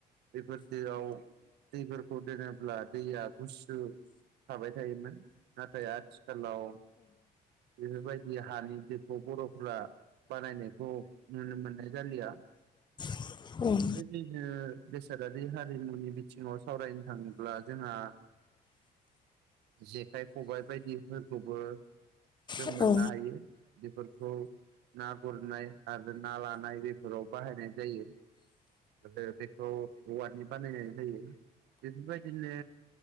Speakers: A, on the right (about 80°); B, on the left (about 25°).
A: बेफोर दोआव। दैफोरखौ दोनोब्ला दैया गुसु। थाबाय थायोमोन नाथाय आथिखालाव बेफोरबायदि हानि दखौ बर'फ्रा बानायनायखौ नुनो मोननाय जालिया।
B: <inaudible>
A: थिख बेदिनो बेसादारि हारिमुनि बिथिङाव सावरायनो थाङोब्ला जोंहा जेखाइ खबाय बायदिफोरखौबो। जों
B: औ
A: मोननो
B: औ
A: हायो बेफोरखौ। ना गुरनाय आरो ना लानाय बेफोराव बाहायनाय जायो। आरो बेखौ औवानि बानायनाय जायो बेफोरबायदिनो।